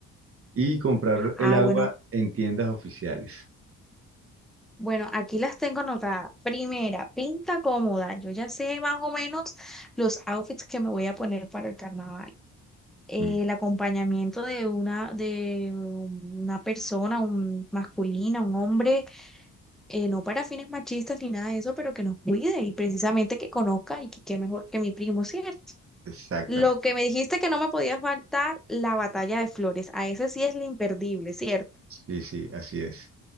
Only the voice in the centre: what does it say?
Ah,
bueno,
bueno, aquí las tengo anotadas. Primera, pinta cómoda. Yo ya sé más o menos los outfits que me voy a poner para el carnaval. El
acompañamiento de una, de una persona, un masculina, un hombre, eh, no para fines machistas ni nada de eso, pero que nos cuide y precisamente que conozca y que qué mejor que mi primo, ¿cierto?
Lo que me dijiste que no me podía faltar, la batalla de flores. A ese sí es lo imperdible, ¿cierto?